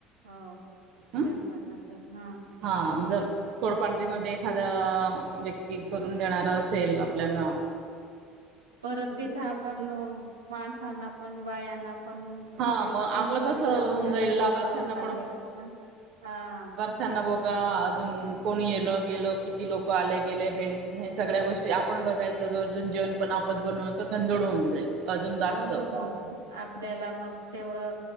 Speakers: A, on the right (about 85°); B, on the right (about 55°).
A: हं स्वयंपाकाच
B: हं?
A: हा.
B: हां जर कोडपांढरीमध्ये एखाद्या व्यक्ती करून देणार असेल आपल्याना
A: परत तिथं आपण माणसांना पण बायांना पण घरो
B: हां मग आपलं
A: घ
B: कसं
A: घरी जाऊन
B: होऊन
A: त्यांना
B: जाईल
A: बोलवावं
B: लाभार्थ्यांना
A: लागेल, हा.
B: त्यांना बोघा अजून कोणी येल गेल किती लोक आले गेले मेडिसिन हे सगळ्या गोष्टी आपण बघायचं जरजून जेवण पण आपत बनवतं गंधोळ होऊन जाईल. अजून जास्त
A: आपल्याला मग तेवढं